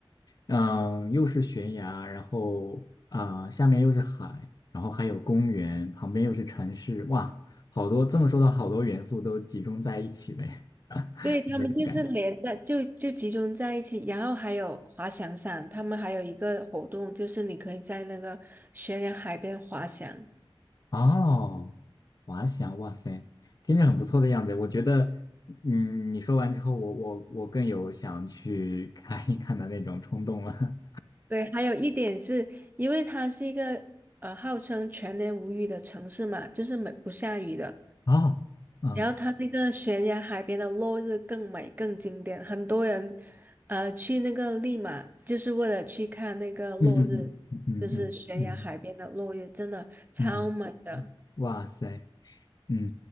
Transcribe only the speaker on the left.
嗯，又是悬崖，然后啊、下面又是海，然后还有公园，旁边又是城市，哇，好多，这么说的好多元素都集中在一起了耶，<laughs>
有那种感觉。
哦，滑翔，哇塞，听着很不错的样子。我觉得，嗯，你说完之后，我我我更有想去看一看的那种冲动了。
<laughs> 哦，嗯
嗯嗯嗯嗯嗯
嗯，嗯哇塞，嗯，